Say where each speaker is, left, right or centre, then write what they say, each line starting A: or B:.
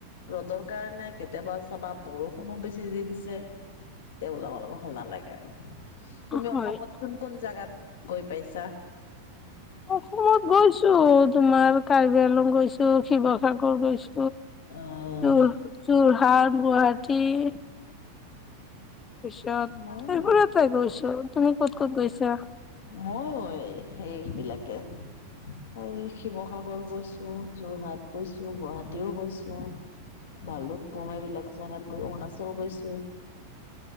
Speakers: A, on the left; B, on the left.
A: ৰ'দৰ কাৰণে কেতিয়াবা চাবা বৰষুন বেছি দি দিছে তে ওল অলপ সম না লাগে আৰু। তুমি
B: হয়
A: অসমত কোন-কোন জাগাত গৈ পাইছা?
B: অসমত গৈছো তোমাৰ কাৰ্বি আলং গৈছো, শিৱসাগৰ গৈছো
A: আহ
B: তোৰ যোৰহাট, গুৱাহাটী, পিছত
A: মই
B: তাৰ পৰা তাই গৈছো তুমি ক'ত-ক'ত গৈছা?
A: ময়ো সেইবিলাকে। এই শিৱসাগৰ গৈছো, যোৰহাট গৈছো, গুৱাহাটীও গৈছো। ভালো তম এইবলাক জেগাত গৈ অৰুণাচল গৈছো।